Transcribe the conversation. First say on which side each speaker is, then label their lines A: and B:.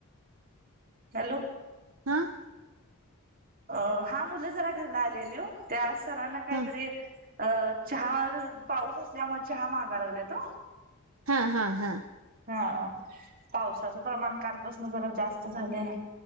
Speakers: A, on the right; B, on the right.
A: हॅलो
B: अं.
A: अं हा मुलं जरा घरला आलेली हो त्या सरांना काहीतरी
B: हा
A: अ चहा पाऊस असल्यामुळे, चहा मागाया लागलेत ओ
B: हां हां हां.
A: हा, पावसाचं प्रमाण कालपासन जरा जास्त झालय